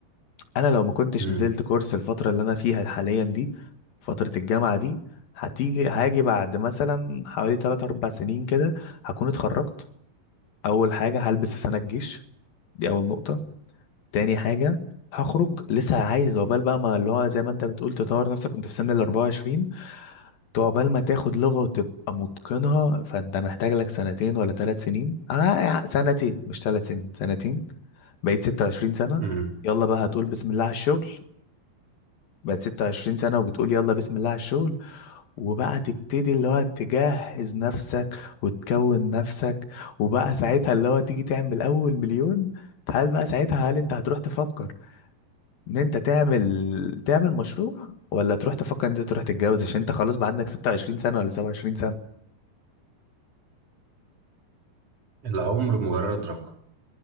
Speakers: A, on the left; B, on the right.
A: انا لو ما كنتش
B: امم
A: نزلت كورس الفترة اللي انا فيها حاليا دي فترة الجامعة دي هتيجي هاجي بعد مثلا حوالي 3 4 سنين كده هكون اتخرجت اول حاجة هلبس في سنة الجيش دي اول نقطة تاني حاجة هخرج لسه عايز عقبال بقى ما اللي هو زي ما انت بتقول تطور نفسك وانت في سن ال 24 عقبال ما تاخد لغة وتبقى متقنها فانت محتاج لك سنتين ولا ثلاث سنين آه يعني سنتين مش ثلاث سنين سنتين بقيت 26 سنة
B: امم
A: يلا بقى هتقول بسم الله على الشغل بقت 26 سنة وبتقول يلا بسم الله على الشغل وبقى تبتدي اللي هو تجهز نفسك وتكون نفسك وبقى ساعتها اللي هو تيجي تعمل أول مليون هل بقى ساعتها هل انت هتروح تفكر ان انت تعمل تعمل مشروع ولا تروح تفكر ان انت تروح تتجوز عشان انت خلاص بقى عندك 26 سنة ولا 27
B: العمر مجرد رقم